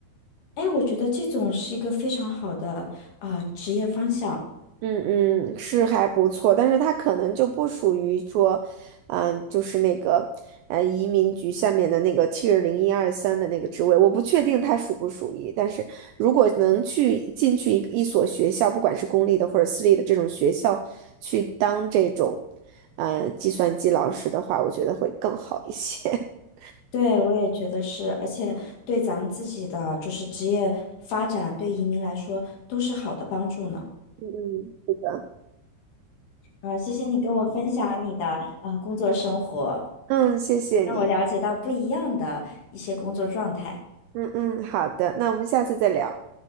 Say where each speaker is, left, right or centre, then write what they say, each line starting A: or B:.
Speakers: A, on the left; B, on the right.
A: 哎，我觉得这种是一个非常好的啊、呃职业方向。
B: 嗯嗯，是还不错，但是它可能就不属于说，嗯、就是那个，呃，移民局下面的那个 Tier 零一二三的那个职位，我不确定它属不属于。但是如果能去进去一一所学校，不管是公立的或者私立的这种学校，去当这种，嗯、计算机老师的话，我觉得会更好一些。<laughs>
A: 对，我也觉得是，而且对咱们自己的就是职业发展，对移民来说都是好的帮助呢。
B: 嗯嗯，是的，
A: 啊，谢谢你给我分享你的呃工作生活，
B: 嗯，谢谢你，
A: 让我了解到不一样的一些工作状态。
B: 嗯嗯，好的，那我们下次再聊，